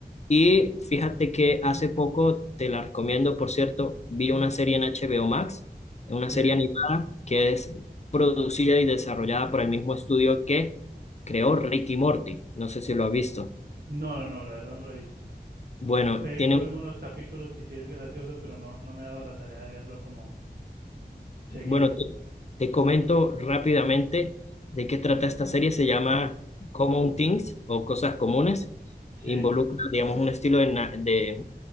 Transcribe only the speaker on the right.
¿Sí?
No, no, no, la verdad no lo he visto.
He visto
algunos capítulos y sí es gracioso, pero no, no me he dado la tarea de verlo como seguido.
¿Sí?